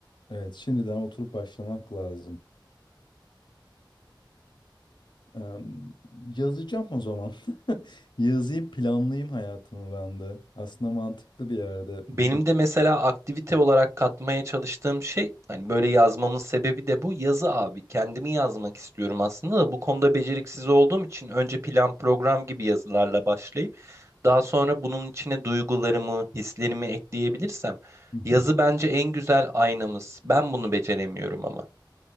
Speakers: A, on the left; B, on the right.
A: Evet, şimdiden oturup başlamak lazım. Em, yazacağım o zaman. <laughs> Yazayım, planlayayım hayatımı ben de. Aslında mantıklı bir yerde
B: Benim
A: bugün.
B: de mesela aktivite olarak katmaya çalıştığım şey hani böyle yazmamın sebebi de bu yazı abi. Kendimi yazmak istiyorum aslında da bu konuda beceriksiz olduğum için önce plan program gibi yazılarla başlayıp daha sonra bunun içine duygularımı, hislerimi ekleyebilirsem
A: Hı hı.
B: yazı bence en güzel aynamız. Ben bunu beceremiyorum ama.